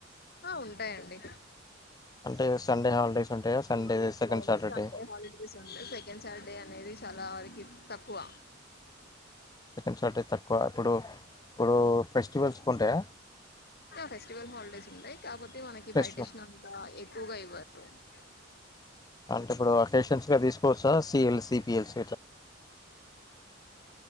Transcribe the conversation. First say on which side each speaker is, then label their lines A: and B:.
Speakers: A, on the left; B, on the left.
A: ఆ ఉంటాయండి
B: బ్లాంక్ అంటే సండే హాలిడే ఉంటయా Sunday second
A: only
B: Saturday
A: Sunday holidays ఉంటాయి. సెకండ్ సాటర్‌డే అనేది చాలా వరకి తక్కువ
B: సెకండ్ సార్డే తక్కువ ఇప్పుడు ప్పుడు ఫెస్టివల్స్ కుంటయ
A: ఫెస్టివల్ హాలిడేస్ ఉంటయి కాబోతే మనకి
B: ఫెస్టివల్
A: బయటిచ్చినంత ఎక్కువగా ఇవ్వరు బ్లాంక్
B: అంటే ఇప్పుడు అకేషన్సలా తీసుకోవచ్చా సిఎల్ సిపిఎల్స్